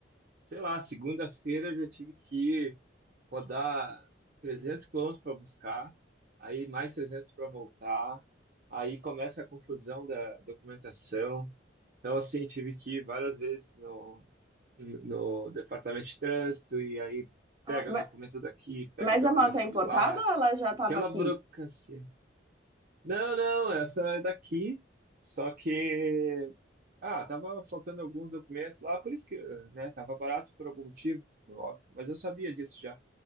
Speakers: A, on the right; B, on the right.
A: sei lá, segunda-feira eu já tive que rodar 300 quilômetros para buscar, aí mais 300 para voltar, aí começa a confusão da documentação. Então, assim, tive que ir várias vezes no, no departamento de trânsito, e aí
B: Ah,
A: pega
B: ma-
A: documento daqui, pega
B: mas
A: documento
B: a moto é importada
A: de lá,
B: ou ela já estava
A: aquela
B: aqui?
A: burocracia. Não, não, essa é daqui, só que ah, tava faltando alguns documentos lá, por isso que, né, tava barato por algum motivo, óbvio, mas eu sabia disso já.